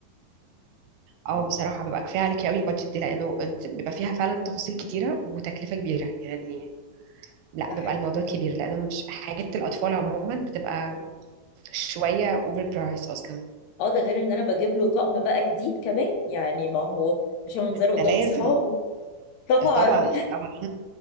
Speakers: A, on the right (about 85°); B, on the left (about 80°).
A: اه بصراحة ببقى كفاية عليكي قوي البادجت دي لأنه انت بيبقى فيها فعلا تفاصيل كتيرة وتكلفة كبيرة يعني لا
B: <laughs> ده
A: بيبقى
B: حقيقي
A: الموضوع كبير لأنه مش حاجات الأطفال عموما بتبقى شوية اوفر برايس أصلا
B: اه ده غير ان انا بجيب له طقم بقى جديد كمان يعني ما هو عشان منظره قدام
A: ده لازم
B: اصحابه طبعا
A: ده طبعا طبعا